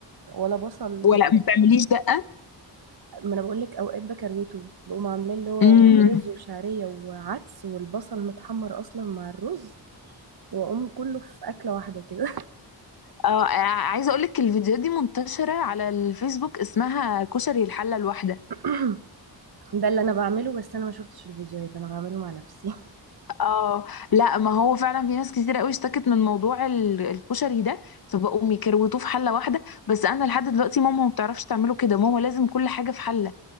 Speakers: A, on the right; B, on the left.
A: ولا بصل
B: ولا ما بتعمليش دقة
A: ما انا بقول لك اوقات بكروته بقوم عاملاه اللي هو
B: امم
A: رز وشعريه وعدس والبصل متحمر اصلا مع الرز واقوم كله في اكله واحده كده
B: اه ع- عايزة اقول لك الفيديوهات دي منتشرة على الفيسبوك اسمها كشري الحلة الواحدة
A: <clears throat> <coughs> ده اللي انا بعمله بس انا ما شفتش الفيديوهات انا بعمله مع نفسي
B: اه لا ما هو فعلا في ناس كتير قوي اشتكت من موضوع ال- الكشري ده فبقوا يكروتوه في حلة واحدة بس انا لحد دلوقتي ماما ما بتعرفش تعمله كده ماما لازم كل حاجة في حلة